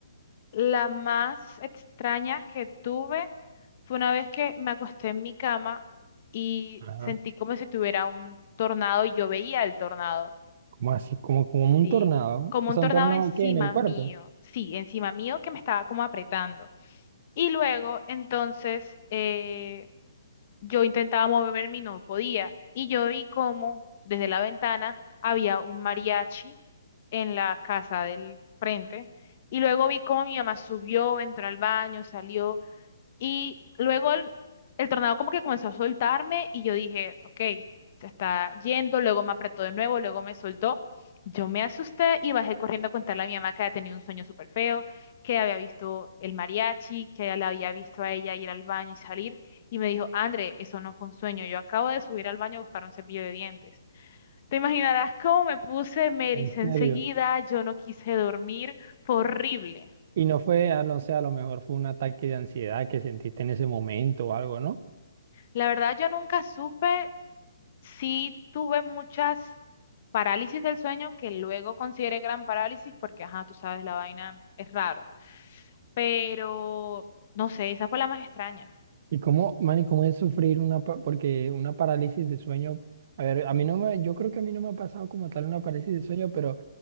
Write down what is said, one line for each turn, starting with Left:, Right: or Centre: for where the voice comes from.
Left: La más extraña que tuve fue una vez que me acosté en mi cama y
Right: Ajá.
Left: sentí como si tuviera un tornado y yo veía el tornado.
Right: Como así, como, como un
Left: Sí,
Right: tornado.
Left: t- como
Right: O
Left: un
Right: sea,
Left: tornado
Right: un tornado
Left: encima
Right: que en el cuerpo.
Left: mío, sí, encima mío que me estaba como apretando. Y luego, entonces, eh, yo intentaba moverme y no podía. Y yo vi como desde la ventana había un mariachi en la casa del frente. Y luego vi cómo mi mamá subió, entró al baño, salió. Y luego el, el tornado como que comenzó a soltarme y yo dije, ok, se está yendo, luego me apretó de nuevo, luego me soltó. Yo me asusté y bajé corriendo a contarle a mi mamá que había tenido un sueño súper feo, que había visto el mariachi, que ella la había visto a ella ir al baño y salir. Y me dijo, André, eso no fue un sueño, yo acabo de subir al baño a buscar un cepillo de dientes. Te imaginarás cómo me puse, me ericé
Right: En serio.
Left: enseguida, yo no quise dormir, fue horrible.
Right: Y no fue, ah, no sé, a lo mejor fue un ataque de ansiedad que sentiste en ese momento o algo, ¿no?
Left: La verdad, yo nunca supe Sí tuve muchas parálisis del sueño que luego consideré gran parálisis porque, ajá, tú sabes, la vaina es raro. Pero, no sé, esa fue la más extraña.
Right: Y cómo, man, y cómo es sufrir una, pa- porque una parálisis de sueño, a ver, a mí no me, yo creo que a mí no me ha pasado como tal una parálisis de sueño, pero